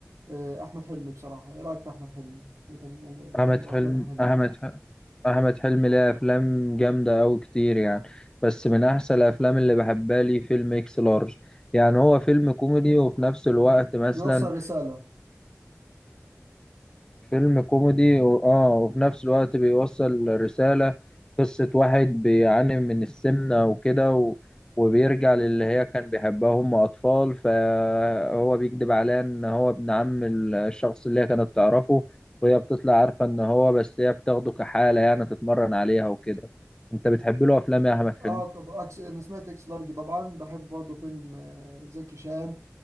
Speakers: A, on the right; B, on the left.
A: آه، أحمد حلمي بصراحة إيه رأيك في أحمد حلمي وتم- و-
B: أحمد
A: وأفلام
B: حلم
A: أحمد حلمي
B: أحمد ح- أحمد حلمي ليه أفلام جامدة أوي كتير يعني بس من أحسن الأفلام اللي بحبها لي فيلم إكس لارج يعني هو فيلم كوميدي وفي نفس الوقت مثلا
A: بيوصل رسالة
B: فيلم كوميدي و... اه وفي نفس الوقت بيوصل رسالة قصة واحد بيعاني من السمنة وكده و... وبيرجع للي هي كان بيحبها هم أطفال فهو بيكذب عليها إن هو ابن عم الشخص اللي هي كانت تعرفه وهي بتطلع عارفة إن هو بس هي بتاخده كحالة يعني تتمرن عليها وكده أنت بتحب له أفلام يا أحمد
A: اه
B: حلمي؟
A: طب أكس أنا سمعت إكس لارج طبعا بحب برضه فيلم آه، زكي شان